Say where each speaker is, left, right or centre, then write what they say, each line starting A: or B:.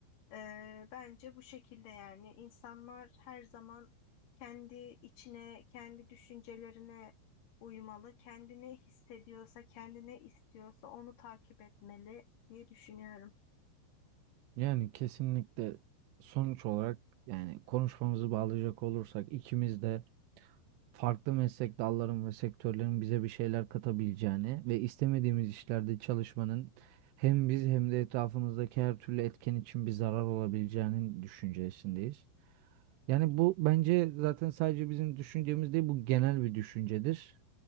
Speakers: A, on the left (about 50°); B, on the right (about 80°).
A: Ee, bence bu şekilde yani insanlar her zaman kendi içine, kendi düşüncelerine uymalı. Kendini hissediyorsa, kendine istiyorsa onu takip etmeli diye düşünüyorum.
B: Yani kesinlikle sonuç olarak yani konuşmamızı bağlayacak olursak ikimiz de farklı meslek dalların ve sektörlerin bize bir şeyler katabileceğini ve istemediğimiz işlerde çalışmanın hem biz hem de etrafımızdaki her türlü etken için bir zarar olabileceğinin düşüncesindeyiz. Yani bu bence zaten sadece bizim düşüncemiz değil, bu genel bir düşüncedir.